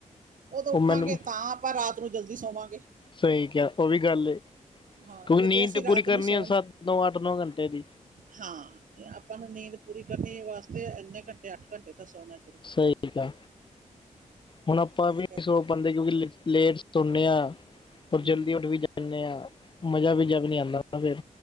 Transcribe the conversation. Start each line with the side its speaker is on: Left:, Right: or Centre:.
Right: ਓਦੋਂ
Left: ਉਹ
Right: ਉੱਠਾਂਗੇ
Left: ਮੈਨੂੰ
Right: ਤਾਂ ਆਪਾਂ ਰਾਤ ਨੂੰ ਜਲਦੀ ਸੌਵਾਂਗੇ।
Left: ਸਹੀ ਕਿਹਾ ਉਹ ਵੀ ਗੱਲ ਏ,
Right: ਹਾਂ
Left: ਕਿਉਂਕਿ ਨੀਂਦ
Right: ਜੇ ਅਸੀਂ
Left: ਤੇ
Right: ਰਾਤ
Left: ਪੂਰੀ ਕਰਨੀ
Right: ਨੂੰ ਸੌਣ
Left: ਆ ਸੱਤ ਨੌ ਅੱਠ ਨੌ ਘੰਟੇ ਦੀ
Right: ਹਾਂ ਆਪਾਂ ਨੂੰ ਨੀਂਦ ਪੂਰੀ ਕਰਨੀ ਵਾਸਤੇ ਇੰਨੇ ਘੰਟੇ ਅੱਠ ਘੰਟੇ ਤਾਂ ਸੌਣਾ।
Left: ਸਹੀ ਆ ਹੁਣ ਆਪਾਂ
Right: ਇਸ
Left: ਵੀ ਨਹੀਂ
Right: ਕਰਕੇ
Left: ਸੌ ਪਾੰਦੇ ਕਿਉਂਕਿ ਲੇਟ ਸੌਣੇ ਆ ਔਰ
Right: ਹਾਂ
Left: ਜਲਦੀ ਉੱਠ ਵੀ ਜਾ ਜਾਂਨੇ ਆਂ ਮਜ਼ਾ ਵੀ ਜਦ ਨੀ ਆੰਦਾ ਫਿਰ